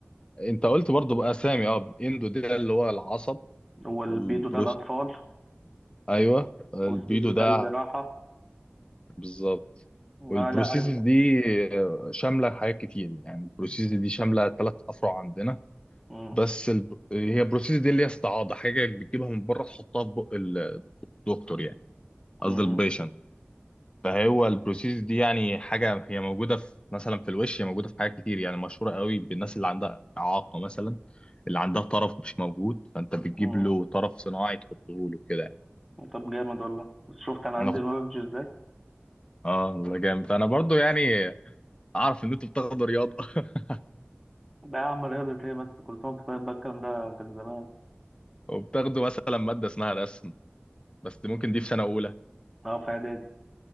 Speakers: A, on the left; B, in the centre.
A: انت قلت برضو بقى سامي اه اندو ده اللي هو العصب
B: والبيدو
A: البروس
B: ده الأطفال
A: ايوه البيدو
B: والسيرجري
A: ده
B: ده الجراحة
A: بالظبط
B: لا
A: والبروسيسز
B: لا هيبقى
A: دي شامله حاجات كتير يعني البروسيسز
B: مم.
A: دي شامله ثلاث افرع عندنا
B: مم.
A: بس الب... هي البروسيسز دي اللي هي استعاضه حاجه بتجيبها من بره تحطها في بق الدكتور يعني قصدي
B: مم.
A: البيشنت فهو البروسيس دي يعني حاجة هي موجودة في مثلا في الوش هي موجودة في حاجات كتير يعني مشهورة قوي بالناس اللي عندها إعاقة مثلا اللي عندها طرف مش موجود فأنت بتجيب
B: مم.
A: له طرف صناعي تحطه له كده يعني.
B: طب جامد والله بس شفت انا عندي
A: أنا كنت
B: نولج ازاي
A: آه والله جامد فأنا برضو يعني أعرف إن أنتوا بتاخدوا رياضة <laughs>
B: لا اعمل رياضة ايه بس كل سنة وأنت طيب بقى الكلام ده كان زمان
A: وبتاخدوا مثلا مادة اسمها رسم بس ممكن دي في سنة أولى
B: اه في اعدادي